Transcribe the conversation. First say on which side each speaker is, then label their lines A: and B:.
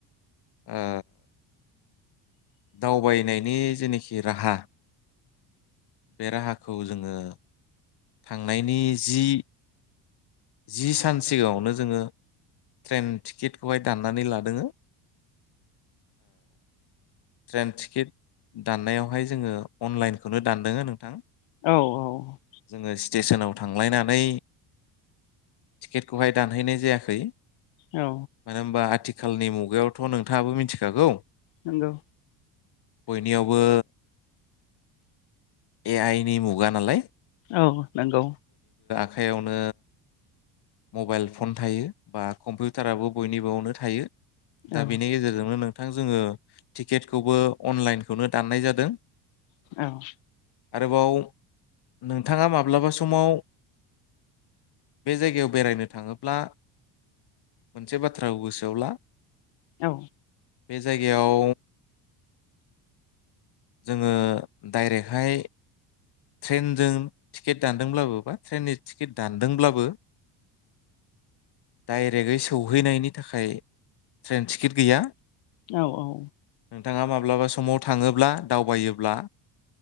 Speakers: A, on the left; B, on the left.
A: ओ दावबायनायनि जिनिखि राहा बे राहाखौ जोङो थांनायनि जि- जि सान सिगाङावनो जोङो ट्रेन टिकेटखौहाय दान्नानै लादोंओ ट्रेन टिकेट दाननायावहाय जोङो अनलाइनखौनो दानद नोंथां।
B: औ औ
A: जोङो स्टेसनाव थांलायनानै टिकेटखौहाय दानहैनाय जायाखै मानो
B: औ
A: होनोब्ला आथिखाल आथिखालनि मुगायावथ' नोंथाङाबो मिथिखागौ
B: नंगौ।
A: बयनियावबो ए आइ नि मुगा नालाय
B: औ नंगौ।
A: आखायावनो मबाइल फन थायो बा कम्पिउटाराबो बयनिबोवनो थायो
B: औ
A: दा बेनि गेजेरजोंनो नो थां जोङो टिकेटखौबो अनलाइनखौनो दाननाय जादों।
B: औ
A: आरोबाव नोंथाङा माब्लाबा समाव बे जायगायाव बेरायनो थाङोब्ला मोनसे बाथ्राखौ गोसोआवला
B: औ
A: बे जायगायाव जोङो डाइरेक्टहाय ट्रेनजों टिकेट दानदोंब्लाबो बा ट्रेननि टिकेट दानदोंब्लाबो डाइरेक्टै सौहैनायनि थाखाय ट्रेन टिकेट गैया।
B: औ औ
A: नोंथाङा माब्लाबा समाव थाङोब्ला दावबायोब्ला